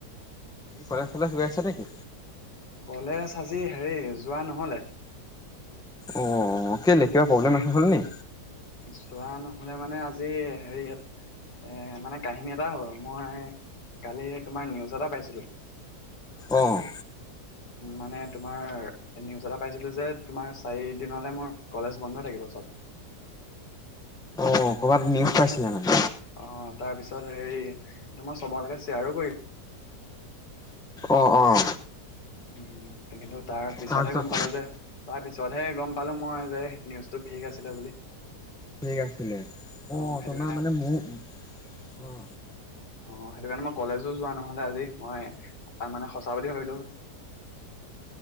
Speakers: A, in the centre; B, on the left (about 75°).
A: কলেজ চলেজ গৈ আছে নেকি?
B: কলেজ আজি হেৰি যোৱা ন'হলে।
A: অঁ কেলে কিবা প্ৰব্লেম আছে হ'ল নি?
B: যোৱা ন'হলে মানে আজি হেৰি ইয়াত- এ মানে কাহিনী এটা মই কালি তোমাৰ নিউজ এটা পাইছিলোঁ।
A: অঁ'
B: মানে তোমাৰ- নিউজ এটা পাইছিলোঁ যে তোমাৰ চাৰি দিনলে মোৰ কলেজ বন্ধ থাকিব চব।
A: অ' ক'বাত নিউজ পাইছিলে মানে।
B: অঁ তাৰ পিছত হেৰি সেটো মই চবলেকে শ্বেয়াৰো কৰি-
A: অঁ অঁ।
B: উম' উম' কিন্তু তাৰ পিছতহে
A: তাৰপিছত
B: গম পালোঁ যে- তাৰ পিছতহে গম পালো মই যে নিউজটো ফেক আছিলে বুলি।
A: ফেক আছিলে,
B: অ'
A: অঁ
B: সেইটো
A: তোমাৰ
B: কাৰণে
A: মানে মোৰো-
B: অ', সেইটো কাৰণে মই কলেজো যোৱা নহলে আজি, মই মানে সঁচা বুলি ভাবিলো।